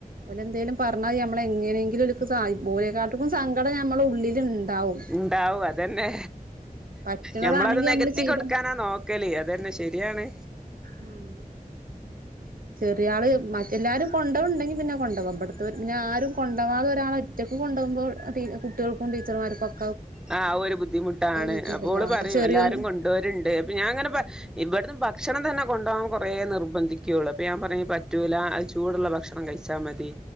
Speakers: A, on the right; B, in the centre.
A: ഓലെന്തേലും പറഞ്ഞാ നമ്മള എങ്ങനെങ്കിലും <unintelligible> ഓലെക്കാട്ടക്കും സങ്കട നമ്മളുടെ ഉള്ളില്ണ്ടാവും.
B: ഇണ്ടാവും അതന്നെ
A: പറ്റണതാണെങ്കി
B: ഞമ്മളത് നികത്തി
A: നമ്മള് ചെയ്ത്
B: കൊടുക്കാനാ നോ ക്കല് അതന്നെ ശെരിയാണ്
A: ഉം ചെറിയ ആള് മറ്റെ എല്ലാരും കൊണ്ട് പോവ്ണ്ടെങ്കി പിന്നെ കൊണ്ട് പോക ഇവടുത്തത് പിന്നെ ആരും കൊണ്ടവാതെ ഒരാള് ഒ ഒറ്റക്ക് കൊണ്ടോകുമ്പോൾ എ ട്ടീ കുട്ടിയേൾക്കും ടീച്ചർ മാര്ക്കും ഒ
B: ആഹ് അത് ഒരു ബുദ്ധിമുട്ടാണ്
A: ബുദ്ധിമുട്ടല്ലേ
B: അപ്പൊ ഓള്
A: ആ
B: പറയും
A: ചെറിയോന്
B: എല്ലാരും കൊണ്ട് വരുണ്ട് അപ്പൊ ഞാൻ ഇങ്ങനെ പ ഇവിടന്ന് ഭക്ഷണം തന്നെ കൊണ്ട് പോകാൻ കുറേ നിർബന്ധിക്കയുള്ളൂ അപ്പൊ ഞാൻ പറയും പറ്റൂല അ ചൂടുള്ള ഭക്ഷണം കഴിച്ചാൽ മതി